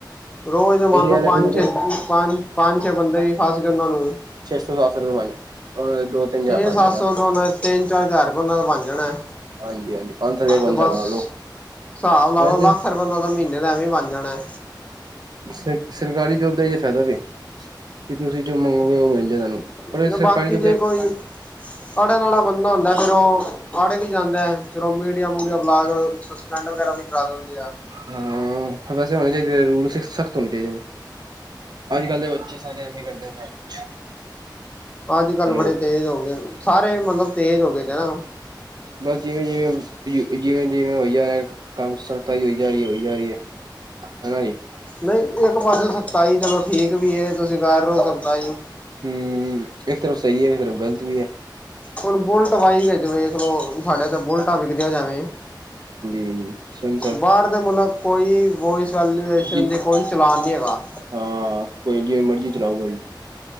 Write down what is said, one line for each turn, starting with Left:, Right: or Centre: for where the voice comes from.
Left: ਰੋਜ਼ ਦੇ
Right: ਸਹੀ
Left: ਮੰਨ ਲਓ
Right: ਗੱਲ ਹੈ
Left: ਪੰਜ
Right: ਬਿਲਕੁਲ
Left: ਛੇ, ਪੰਜ ਪੰਜ ਛੇ ਬੰਦੇ ਵੀ ਫਸ ਗਏ ਉਹਨਾਂ ਨੂੰ।
Right: ਛੇ ਸੌ ਸਤ ਸੋ ਰੁਪਏ ਬਚ ਜਾਦੇ ਉਹਨਾਂ ਦੇ ਦੋ। ਤਿੰਨ ਹਜ਼ਾਰ
Left: ਛੇ
Right: ਬਣ
Left: ਸੱਤ
Right: ਜਾਣਾ
Left: ਸੌ ਤੋਂ ਉਹਨਾ ਦੇ ਤਿੰਨ ਚਾਰ ਹਜ਼ਾਰ ਗੁਣਾਂ ਉਹਨਾ ਦਾ ਬਣ ਜਾਣਾ।
Right: ਹਾਂਜੀ ਹਾਂਜੀ ਪੰਜ ਸੌ ਰੁਪਏ ਕੁਇੰਟਲ
Left: ਤੇ ਬਸ
Right: ਲਾ ਲਓ
Left: ਹਿਸਾਬ ਲਾ
Right: ਵੈਸੇ
Left: ਲਉ ਲੱਖ ਰੁਪਈਆ ੳਹਨਾਂ ਦਾ ਮਹੀਨੇ ਦਾ ਐਵੇਂ ਬਣ ਜਾਣਾ।
Right: ਸਰ ਸਰਕਾਰੀ ਜੋਬ ਦਾ ਇਹ ਤਾਂ ਫਾਇਦਾ ਵੀ ਕਿ ਤੁਸੀਂ ਜੋ ਮੰਗੋਗੇ ਉਹ ਮਿਲ ਜਾਏ ਤੁਹਾਨੂੰ। ਪਰ
Left: ਨਹੀ
Right: ਸਰਕਾਰੀ
Left: ਬਾਕੀ
Right: ਜੋਬ
Left: ਜੇ ਕੋਈ ਅੜਨ ਵਾਲਾ ਬੰਦਾ ਹੁੰਦਾ ਫੇਰ ਉਹ ਅੜ ਵੀ ਜਾਂਦਾ। ਫਿਰ ਉਹ ਵੀਡੀਓ ਵੀਡੀਓ ਬਣਾ ਕੇ ਸਸਪੈਂਡ ਵਗੈਰਾ ਵੀ ਕਰਾ ਦਿੰਦੇ ਹਾਂ।
Right: ਹਾਂ, ਵੈਸੇ ਹੋਣੇ ਚਾਹੀਦੇ, ਰੂਲਸਜ ਸਖ਼ਤ ਹੋਣੇ ਚਾਹੀਦੇ ਨੇ। ਅੱਜ ਕੱਲ੍ਹ ਦੇ ਬੱਚੇ ਸਾਰੇ ਐਵੇ ਹੀ ਕਰਦੇ ਆ ਸਾਰਾ ਕੁਛ।
Left: ਅੱਜ ਕੱਲ੍ਹ
Right: ਹੈਲੋ
Left: ਬੜੇ ਤੇਜ਼ ਹੋ ਗਏ ਸਾਰੇ ਮਤਲਬ ਤੇਜ਼ ਹੋ ਗਏ ਤੇ ਹਨ ਨਾ।
Right: ਬਸ ਜਿਵੇਂ-ਜਿਵੇਂ। ਜਿਵੇਂ ਜਿਵੇਂ ਹੋ ਜਾ ਰਿਹਾ ਕੰਮ ਸਖਤਾਈ ਹੋ ਜਾ ਰਹੀ ਹੈ ਹੋਈ ਜਾ ਰਹੀ ਹੈ ਹਨਾ ਜੀ।
Left: ਨਹੀਂ ਇੱਕ ਪਾਸੇ ਸਖਤਾਈ ਚਲੋ ਠੀਕ ਵੀ ਹੈ ਤੁਸੀਂ ਕਹਿ ਰਹੇ ਹੋ ਸਖਤਾਈ।
Right: ਹਮ ਇੱਕ ਤਰਫ ਸਹੀ ਹੈ ਇੱਕ ਤਰਫ ਗ਼ਲਤ ਵੀ ਹੈ।
Left: ਹੁਣ ਬੁਲਟ ਬਾਈਕ ਵਿੱਚ ਵੇਖਲੋ ਸਾਡੇ ਤਇੱਥੇ ਬੁਲਟਾਂ ਵਿਕਦੀਆਂ ਜਾਵੇ।
Right: <unintelligible>
Left: ਬਾਹਰ ਦੇ ਮੁਲਕ ਕੋਈ ਵੋਇਸ ਵੈਲੂਏਸ਼ਨ
Right: ਜੀ
Left: ਦਾ ਕੋਈ ਚਲਾਨ ਨਹੀਂ ਹੈਗਾ।
Right: ਹਾਂ ਕੋਈ ਜਿਵੇਂ ਮਰਜ਼ੀ ਚਲਾਓ ਗੱਡੀ।